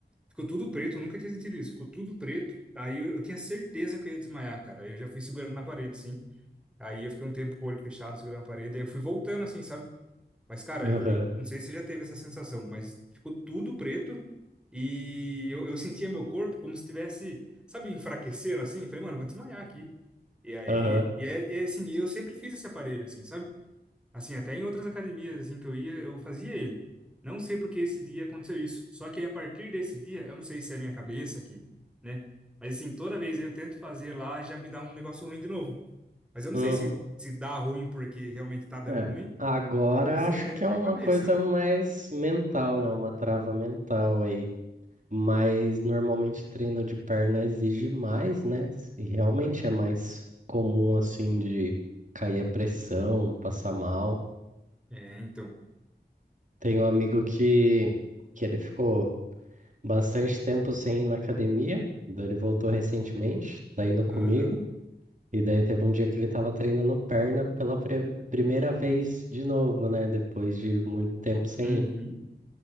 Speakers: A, in the centre; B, on the right.
A: ficou tudo preto, eu nunca tinha sentido isso, ficou tudo preto. Aí eu, eu tinha certeza que eu ia desmaiar, cara. Aí eu já fui segurando na parede, assim. Aí eu fiquei um tempo com o olho fechado, segurando na parede, aí eu fui voltando, assim, sabe? Mas, cara,
B: Aham,
A: eu, eu não sei se você já teve essa sensação, mas ficou tudo preto e eu, eu sentia meu corpo como se estivesse, sabe, enfraquecendo assim. Falei, mano, vou desmaiar aqui. E aí,
B: aham,
A: e, é, e é assim, eu sempre fiz esse aparelho, assim, sabe? Assim, até em outras academias, assim, que eu ia, eu fazia ele. Não sei porque esse dia aconteceu isso. Só que aí, a partir desse dia, eu não sei se é a minha cabeça aqui, né? Mas, assim, toda vez eu tento fazer lá, já me dá um negócio ruim de novo. Mas eu não
B: uhum.
A: sei se, se dá ruim porque realmente tá dando
B: É.
A: ruim
B: Agora
A: ou se
B: acho que
A: é minha
B: é uma
A: cabeça,
B: coisa
A: sabe?
B: mais mental, né? Uma trava mental aí. Mas normalmente treino de perna exige mais, né? E realmente é mais comum assim de cair a pressão, passar mal.
A: É, então.
B: Tem um amigo que, que ele ficou bastante tempo sem ir na academia, daí ele voltou recentemente, tá indo comigo.
A: Aham.
B: E daí teve um dia que ele tava treinando perna pela pre- primeira vez de novo, né? Depois de muito tempo sem
A: Uhum.
B: ir.